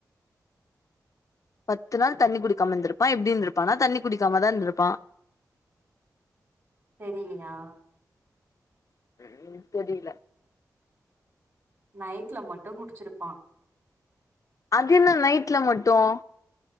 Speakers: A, on the left; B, on the right.
A: பத்து நாள் தண்ணி குடிக்காம இருந்திருப்பான் எப்டி இருந்திருப்பானா தண்ணி குடிக்காமாதான் இருந்திருப்பான்
B: தெரியிலையா
A: ம் உ தெரியில
B: நைட்ல மட்டும் குடிச்சிருப்பான்
A: அது என்ன நைட்ல மட்டும்